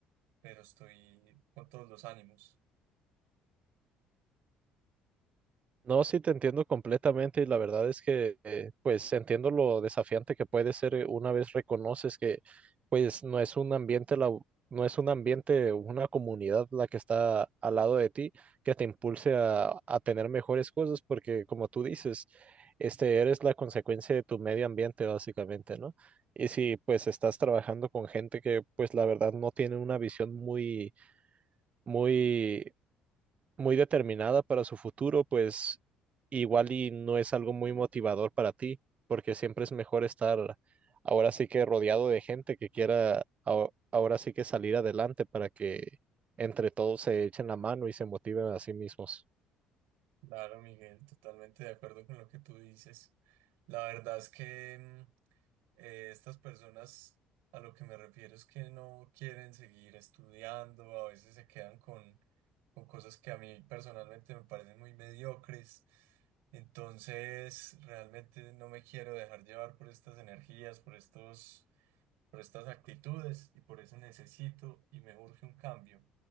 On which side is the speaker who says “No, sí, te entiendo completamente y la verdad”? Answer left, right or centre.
Right